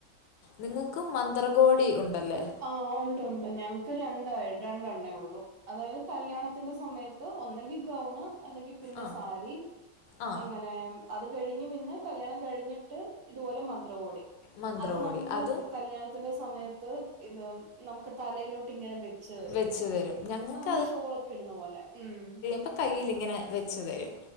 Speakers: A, on the left; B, on the right.
A: നിങ്ങൾക്കും മന്ത്രകോടി ഉണ്ടല്ലോ?
B: ആഹ്! ഉണ്ട് ഉണ്ട്. ഞങ്ങക്ക് രണ്ടായി രണ്ടെണ്ണേ ഉള്ളൂ. അതായത് കല്യാണത്തിന്റെ സമയത്ത് ഒന്നെങ്കി ഗൗണ്. അല്ലെങ്കിൽ പിന്നെ
A: ആ
B: സാരി
A: ആ
B: അങ്ങനെ! അത് കഴിഞ്ഞ് പിന്നെ കല്യാണം കഴിഞ്ഞിട്ടും ഇതുപോലെ മ! മന്ത്രകോടി.
A: മന്ത്രകോടി
B: അത് നമുക്ക്
A: അതും
B: കല്യാണത്തിന്റെ സമയത്ത്! ഇത് നമുക്ക് തലയിലോട്ട് ഇങ്ങനെ വെച്ച് തരും.
A: വെച്ച് തരും ഞങ്ങൾക്ക്
B: അത് നമ്മള് ഷോളൊക്കെ ഇടുന്ന പോലെ. ഉം!
A: അപ്പം കയ്യിലിങ്ങനെ വെച്ചു തരും.